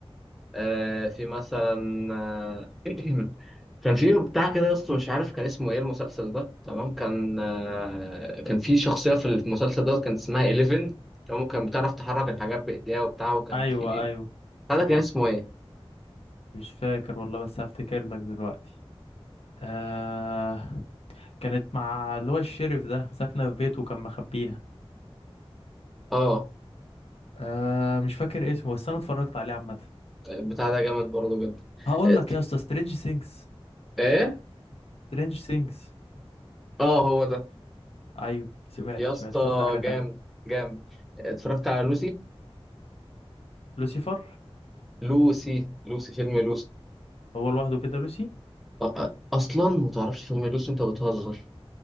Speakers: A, in the centre; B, on the left (about 75°).
A: آه في مثلا آه <clears throat> كان في بتاع كده يا اسطى مش عارف كان اسمه ايه المسلسل ده تمام كان آه كان في شخصية في المسلسل ده كان اسمها 11 تمام كان بتعرف تحرك الحاجات بإيديها وبتاع وكان
B: ايوه
A: في
B: ايوه
A: بتاع
B: سمعت
A: ده كان اسمه ايه
B: مش فاكر والله بس هفتكر لك دلوقتي آه كانت مع اللي هو الشرف ده ساكنه في بيته وكان مخبيها
A: اه
B: آه مش فاكر اسمه بس انا اتفرجت عليه عامه
A: بتاع ده جامد برضه جدا
B: هقول
A: ات-
B: لك يا اسطى سترينج سينجز
A: ايه
B: سترينج سينجز
A: اه هو ده
B: ايوه سمعته
A: يا اسطى
B: سمعته شوف لي حاجه تانية
A: جامد جامد اتفرجت على لوسي
B: لوسيفر
A: لوسي لوسي فيلم لوسي
B: هو لوحده كده لوسي
A: أ- أ- اصلا ما تعرفش فيلم لوسي انت بتهزر